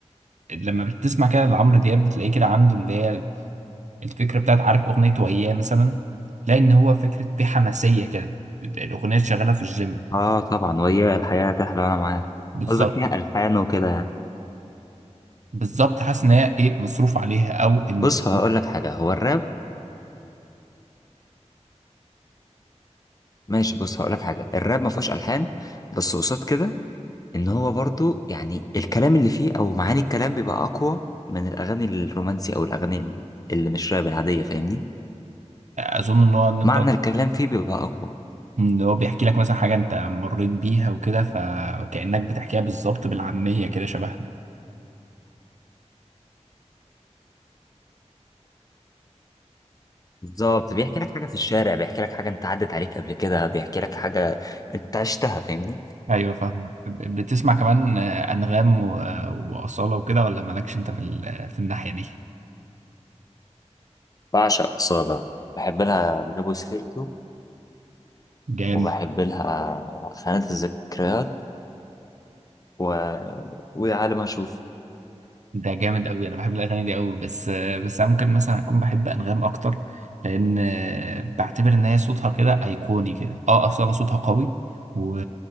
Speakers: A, on the right; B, on the left.
A: لما بتسمع كده لعمرو دياب بتلاقيه كده عنده اللي هي الفكرة بتاعت عارف أغنية وياه مثلا تلاقي إن هو فكرة في حماسية كده الأغنية شغالة في الجيم
B: اه طبعا وهي الحياة تحلى انا معاك
A: بالظبط
B: قصدك فيها الحان وكده يعني
A: بالظبط حاسس ان هي ايه مصروف عليها او ال...
B: بص هقول لك حاجة هو الراب ماشي بص هقول لك حاجة الراب ما فيهوش الحان بس قصاد كده ان هو برضو يعني الكلام اللي فيه او معاني الكلام بيبقى اقوى من الاغاني الرومانسي او الاغاني ال- اللي مش راب العادية فاهمني
A: اظن ان هو ان انت
B: معنى الكلام فيه بيبقى اقوى
A: ان هو بيحكي لك مثلا حاجه انت مريت بيها وكده فكانك بتحكيها بالظبط بالعاميه كده شبهنا
B: بالظبط بيحكي لك حاجة في الشارع بيحكي لك حاجة انت عدت عليك قبل كده بيحكي لك حاجة انت عشتها فاهمني
A: ايوه فاهمك ب- بتسمع كمان آه، انغام و- واصاله وكده ولا مالكش انت في ال... في الناحيه دي
B: بعشق أصالة بحب لها جابو سيرتو
A: جامد
B: وبحب لها خانة الذكريات و... ويا عالم هشوف
A: ده جامد قوي انا بحب الاغاني دي قوي بس آه، بس انا ممكن مثلا اكون بحب انغام اكتر لان آه، بعتبر ان هي صوتها كده ايقوني كده اه اصاله صوتها قوي و...